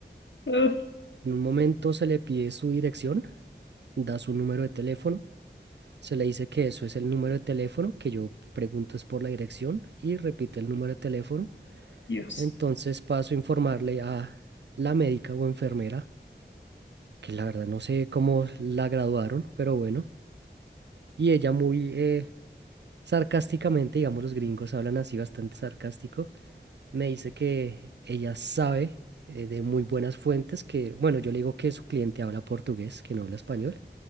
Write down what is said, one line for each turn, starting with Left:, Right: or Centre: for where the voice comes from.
Left: Uf, <laughs>
Right: En un momento se le pide su dirección, da su número de teléfono, se le dice que eso es el número de teléfono, que yo pregunto es por la dirección y repite el número de teléfono.
Left: Dios.
Right: Entonces paso a informarle a la médica o enfermera, que la verdad no sé cómo la graduaron, pero bueno. Y ella muy eh, sarcásticamente, digamos los gringos hablan así bastante sarcástico, me dice que ella sabe eh, de muy buenas fuentes que, bueno, yo le digo que su cliente habla portugués, que no habla español.